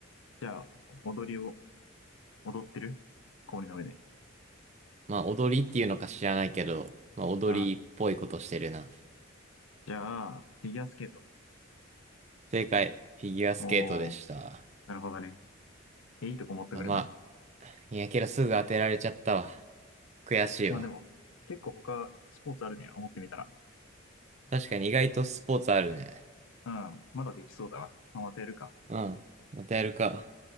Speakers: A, on the left (about 75°); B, on the right (about 35°).
A: じゃあ、踊りを、踊ってる氷の上で。
B: まあ、踊りっていうのか知らないけど、まあ、踊りっぽいことしてるな。
A: うん。じゃあ、フィギュアスケート。
B: 正解、フィギュアスケートでした。
A: おー、なるほどね。え、いいとこ持ってくるな。
B: あまあ、いやけどすぐ当てられちゃったわ。悔しいわ。
A: まあでも、結構他スポーツあるね。思ってみたら。
B: 確かに意外とスポーツあるね。
A: うん。まだできそうだわ。まあ、またやるか。
B: うん、またやるか。